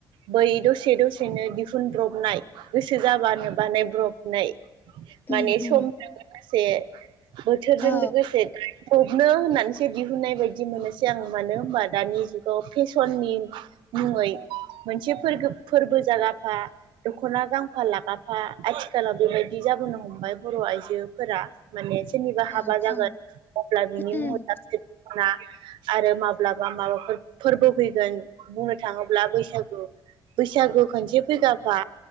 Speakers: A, on the right (about 85°); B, on the left (about 25°).
A: बै दसे दसेनो दिहुनब्रबनाय गोसो जाबानो बानायब्रबनाय। माने
B: उम उम
A: समजों लोगोसे बोथोरजों
B: औ
A: लोगोसे <unintelligible> फबनो होननानैसो दिहुननाय बायदि मोनोसै आं मानो होमबा दानि जुगाव फेसननि मुङै मोनसे फोरगो फोरबो जागाफा दख'ना गांफा लागाफा आथिखालाव बेबायदि जाबोनो हमबाय बर' आइजोफोरा। माने सोरनिबा
B: औ
A: हाबा जागोन
B: औ
A: अब्ला बिनि
B: उम
A: मुङाव गांसे ना आरो माब्लाबा माबाफोर फोरबो फैगोन बुंनो थाङोब्ला बैसागु बैसागु खनसे फैगाफा